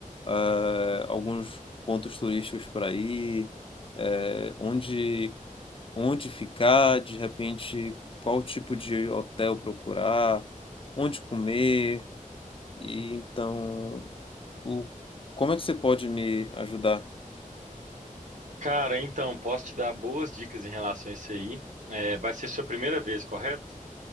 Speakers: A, on the left; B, on the right.
A: é, alguns pontos turísticos para ir, é, onde, onde ficar, de repente, qual tipo de hotel procurar, onde comer. E então, o... como é que você pode me ajudar?
B: Cara, então, posso te dar boas dicas em relação a isso aí. É, vai ser sua primeira vez, correto?